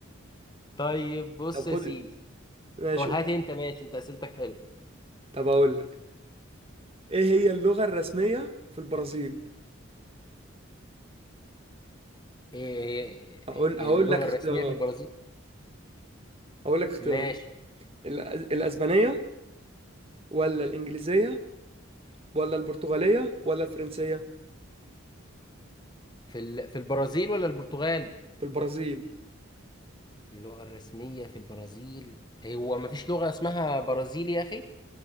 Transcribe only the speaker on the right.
طب خد
ماشي
طب اقول لك ايه هي اللغة الرسمية في البرازيل
هقول
هقول
لك اختيارات
هقول لك اختيارات
ال- الاسبانية ولا الانجليزية ولا البرتغالية ولا الفرنسية
في البرازيل